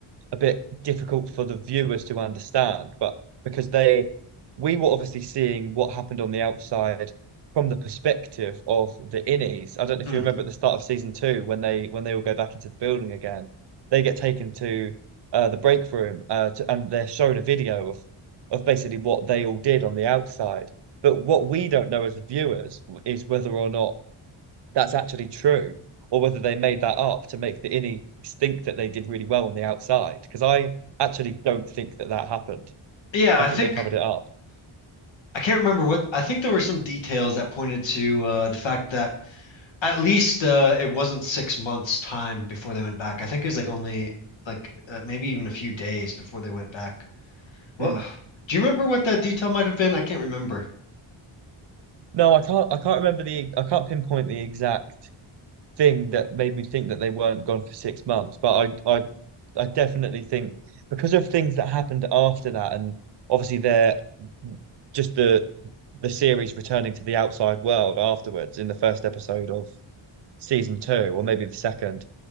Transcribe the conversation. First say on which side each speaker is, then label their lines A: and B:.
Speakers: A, on the right; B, on the left.
A: a bit difficult for the viewers to understand, but because they we were obviously seeing what happened on the outside from the perspective of the innies. I don't know if
B: Mm.
A: you remember at the start of season two when they when they all go back into the building again, they get taken to uh, the break room uh, to, and they're shown a video of of basically what they all did on the outside. But what we don't know as the viewers is whether or not that's actually true, or whether they made that up to make the innies think that they did really well on the outside. Because I actually don't think that that happened.
B: Yeah,
A: I
B: I
A: think
B: think
A: they covered it up.
B: I can't remember what I think there were some details that pointed to uh the fact that at least uh it wasn't six months time before they went back. I think it was like only like uh, maybe even a few days before they went back. Well,
A: Mm.
B: Do you remember what that detail might have been? I can't remember.
A: No, I can't. I can't remember the. I can't pinpoint the exact thing that made me think that they weren't gone for six months. But I, I, I definitely think because of things that happened after that, and obviously they're just the the series returning to the outside world afterwards in the first episode of season two, or maybe the second.